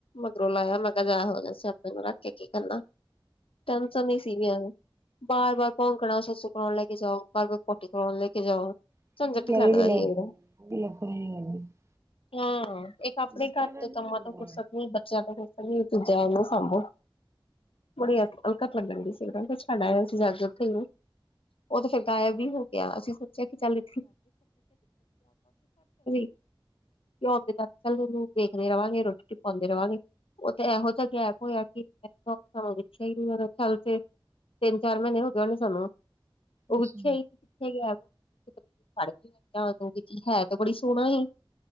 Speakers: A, on the left; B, on the right.
A: ਮਗਰੋਂ ਲਾਇਆ ਮੈਂ ਕਿਹਾ ਐਹੋ ਜੇ ਸੇਆਪੇ ਨੂੰ ਰੱਖ ਕੇ ਕੀ ਕਰਨਾ। ਟੇਸ਼ਨ ਹੀ ਸੀ ਐਵੇਂ। ਬਾਰ-ਬਾਰ ਭੌਕਣਾ ਸੱਸੂ ਕਰਾਉਣ ਲੈ ਕੇ ਜਾਓ, ਬਾਰ-ਬਾਰ ਪੋਟੀ ਕਰਾਉਣ ਲੈ ਕੇ ਜਾਓ।
B: <unintelligible>
A: ਝੰਜਟ ਹੀ ਲੱਗਦਾ ਸੀ ਉਦੋਂ ਹਾਂ ਇੱਕ ਆਪਣੇ
B: ਬੱਚਿਆਂ
A: ਘਰ
B: ਦਾ
A: ਤੇ
B: ਨਹੀਂ
A: ਕੰਮਾਂ
B: ਹੁੰਦਾ।
A: ਤੋਂ ਫੁਰਸਤ ਨੀ ਬੱਚਿਆ ਤੋ ਦੁਜਾ ਓਨੁ ਸਾਂਭੋ ਬੜੀ ਅਲਕੱਤ ਲੱਗਣ ਡੀ ਸੀ। ਸਾਡਾ ਅਸੀਂ ਜਾ ਕੇ ਉੱਥੇ ਹੀ ਨੇ ਉਹ ਤੇ ਫੇਰ ਗਾਇਬ ਹੀ ਹੋ ਗਿਆ ਅਸੀਂ ਸੋਚਿਆ ਕਿ ਚੱਲ <inaudible> ਆਉਂਦੇ ਚੱਲ ਉਹਨੂੰ ਵੇਖਦੇ ਰਵਾਂਗੇ ਰੋਟੀ-ਰੋਟੀ ਖਵਾਉਂਦੇ ਰਵਾਂਗੇ ਉਹ ਤੇ ਇਹੋ ਜਿਹਾ ਗੈਪ ਹੋਇਆ ਸਾਨੂੰ ਦੇਖਿਆ ਹੀ ਨੀ ਮੇਰੇ ਖਿਆਲ ਤੇ ਤਿੰਨ ਚਾਰ ਮਹੀਨੇ ਹੋ ਗਏ ਹੋਣੇ ਸਾਨੂੰ ਉਹ
B: ਅੱਛਾ
A: ਵਿਖਿਆ ਹੀ ਨਹੀਂ ਕਿੱਥੇ ਗੈਪ ਫੇਰ ਮੈ ਓਨੂੰ ਫੜ ਕੇ ਅੰਦਰ ਰੱਖ ਲੈਂਦੀ। <unintelligible> ਹੈ ਤੇ ਬੜੀ ਸੋਹਣਾ ਸੀ